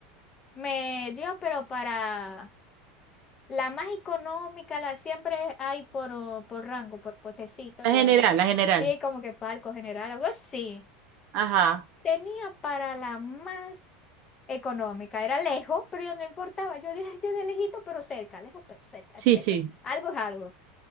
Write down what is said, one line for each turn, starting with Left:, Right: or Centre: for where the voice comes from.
Left: me dio, pero para la más económica, la siempre hay por, oh, por rango, por potecito,
Right: La
Left: y
Right: general,
Left: ahí,
Right: la general.
Left: sí, como que palco general, algo así.
Right: Ajá,
Left: Tenía para la más económica, era lejos, pero yo no importaba. Yo dije, yo de lejito, pero cerca, lejos, pero cerca,
Right: sí,
Left: hacía
Right: sí.
Left: yo. Algo es algo.